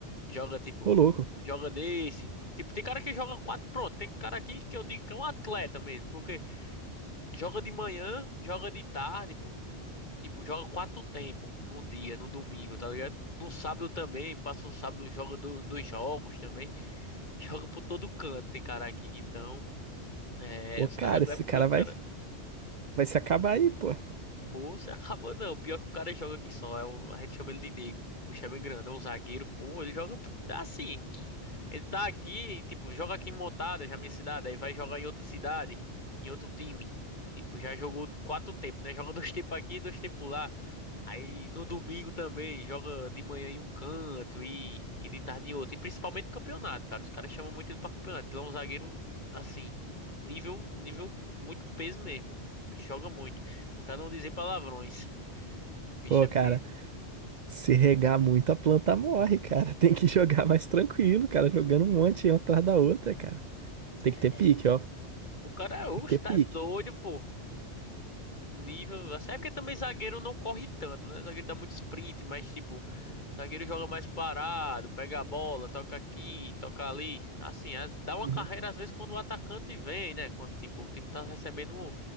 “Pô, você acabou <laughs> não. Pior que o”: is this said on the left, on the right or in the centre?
Left